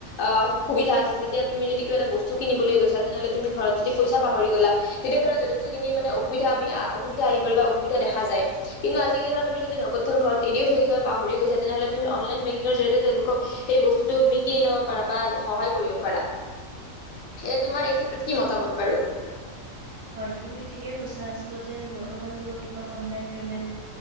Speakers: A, on the left; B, on the right.
A: অ, সুবিধা আছিল তেতিয়া তুমি যদি কিবা এটা বস্তু কিনিবলৈ গৈছা তেনেহ'লে তুমি ঘৰত যদি পইচা পাহৰি গলা। তেতিয়া ধৰা যথেষ্টখিনি মানে অসুবিধা আমি অসুবিধা আহি, পৰে বা অসুবিধা দেখা যায় কিন্তু আজিকালি ধৰা তুমি যদি নখত ধন এৰিও থৈছ বা পাহৰি গৈছে তেনেহলে তুমি অনলাইন বেংকিৰ জৰিয়তে তেওঁলোক সেই বস্তুটো তুমি কিনি লব পাৰা বা সহায় কৰিব পাৰা এয়া তোমাৰ এই ক্ষেত্ৰত কি মতামত বাৰু।
B: হৈ তুমি ঠিকে কৈছা আচলতে বৰ্তমান যুগত তোমাৰ অনলাইন পেমেণ্ট